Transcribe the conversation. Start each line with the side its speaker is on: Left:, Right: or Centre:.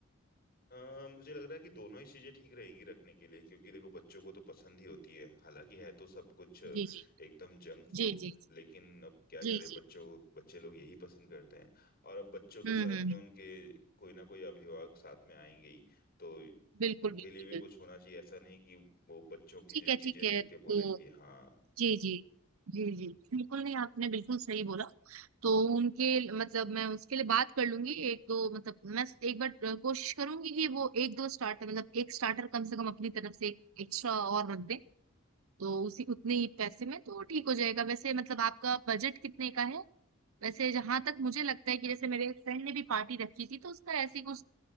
Left: अम, मुझे लग रहा है कि दोनों ही चीजें ठीक रहेंगी रखने के लिए क्योंकि देखो बच्चों को तो पसंद ही होती है हालांकि है तो सब कुछ एकदम
Right: जी जी
Left: जंक फूड
Right: जी जी
Left: लेकिन अब क्या
Right: जी
Left: करें
Right: जी
Left: बच्चों बच्चे लोग यही पसंद करते हैं और अब बच्चों के
Right: हम्म
Left: साथ
Right: हम्म
Left: में उनके कोई ना कोई अभिभावक साथ में आएंगे ही तो
Right: बिल्कुल
Left: उनके
Right: बिल्कुल
Left: लिए भी
Right: बिल्कुल
Left: कुछ होना चाहिए ऐसा नहीं कि वो बच्चों की
Right: ठीक
Left: जो
Right: है
Left: चीजें
Right: ठीक है
Left: देख
Right: तो
Left: के बोले कि हाँ
Right: जी जी जी जी बिल्कुल नहीं आपने बिल्कुल सही बोला तो उनके मतलब मैं उसके लिए बात कर लूंगी एक दो मतलब मैं एक बार अ, कोशिश करूंगी कि वो एक दो स्टार्टर मतलब एक स्टार्टर कम से कम अपनी तरफ से एक एक्स्ट्रा और रख दें तो उसी उतने ही पैसे में तो ठीक हो जाएगा वैसे मतलब आपका बजट कितने का है वैसे जहां तक मुझे लगता है कि जैसे मेरे एक फ्रेंड ने भी पार्टी रखी थी तो उसका ऐसे ही कुछ